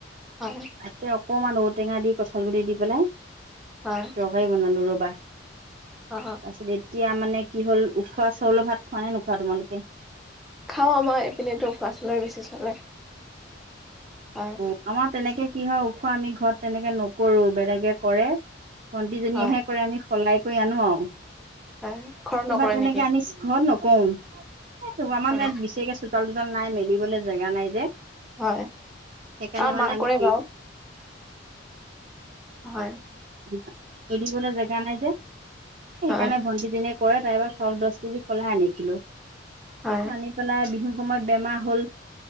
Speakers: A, in the centre; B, on the right (about 45°).
A: হয়
B: তাকে অকমান ৰ'দ। ঔ টেঙা দি কঁঠাল গ দি পেলাই
A: হয়
B: তৰকাৰী বনালো ৰবা।
A: অ
B: তাৰপিছত এতিয়া মানে কি হ'ল উখোৱা চাউলৰ ভাত খোৱা নে নোখোৱা তোমালোকে
A: খাওঁ আমাৰ এপিনেতো উখোৱা চাউলৰ বেছি চলে হয়
B: অ আমাৰ তেনেকে কি হয়? ওখোৱা আমি ঘৰত তেনেকে নকৰো বেলেগে কৰে ভন্তিজনীয়েহে
A: হয়
B: কৰে আমি সলাই কৰি আনো আৰু
A: হয় ঘৰত
B: এইবাৰ
A: নকৰে
B: তেনেকে
A: নেকি?
B: আনি ঘৰত নকওঁ, এই তোমাৰ মানে
A: হয়
B: বিশেষকে চোতাল- তোতাল নাই মেলিবলে জেগা নাই যে
A: হয়
B: সেইকাৰণে
A: অ
B: মানে
A: মা
B: আমি
A: কৰে
B: হেৰি
A: বাৰু হয়।
B: <inaudible> মেলিবলে জেগা নাই যে, সেইকাৰণে
A: হয়
B: ভণ্টিজনীয়ে কৰে তাইপৰা চাউল দছ কেজি সলাই আনিছিলোঁ।
A: হয়
B: আনি পেলাই বিহু সময়ত বেমাৰ হল,